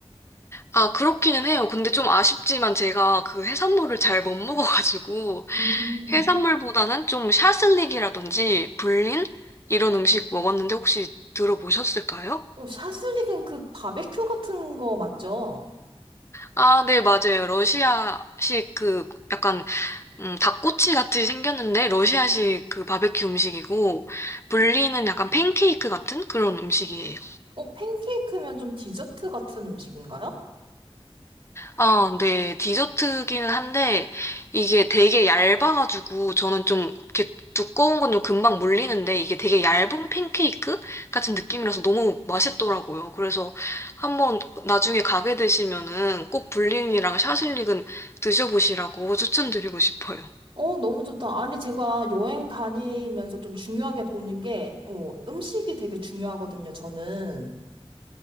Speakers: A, on the left; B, on the right.
A: 아, 그렇기는 해요. 근데 좀 아쉽지만 제가 그 해산물을 잘 못 먹어가지고
B: 음.
A: 해산물보다는 좀 샤슬릭이라든지 불린 이런 음식 먹었는데 혹시 들어보셨을까요?
B: 어, 샤슬릭은 그 바베큐 같은 거 맞죠?
A: 아, 네, 맞아요. 러시아식 그 약간 음, 닭꼬치 같이 생겼는데 러시아식 그 바베큐 음식이고 분리는 약간 팬케이크 같은 그런 음식이에요.
B: 어, 팬케이크면 좀 디저트 같은 음식인가요?
A: 아, 네, 디저트기는 한데 이게 되게 얇아가지고 저는 좀 이렇게 두꺼운 건 좀 금방 물리는데 이게 되게 얇은 팬케이크 같은 느낌이라서 너무 맛있더라고요. 그래서 한번 나중에 가게 되시면은 꼭 불린이랑 샤슬릭은 드셔보시라고 추천드리고 싶어요.
B: 어, 너무 좋다. 아니, 제가 여행 다니면서 좀 중요하게 보는 게, 어, 음식이 되게 중요하거든요, 저는.